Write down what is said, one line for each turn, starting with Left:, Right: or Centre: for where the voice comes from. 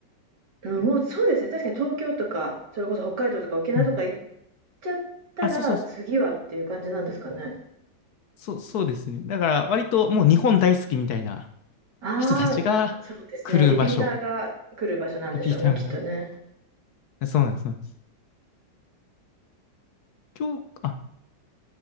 Right: うん、もうそうですね、確かに東京とか、それこそ北海道とか沖縄とか行っ
Left: うん。
Right: ちゃったら、
Left: あ、そうそうそう。
Right: 次はっていう感じなんですかね。
Left: そう、そうですね。だから、割ともう日本大好きみたいな
Right: ああ、
Left: 人たちが来る場所。
Right: そうですね、リピーターが来る場所なんでしょうね、
Left: リピーターが。
Right: きっとね。
Left: そうなんです。そうなんです。今日、あ、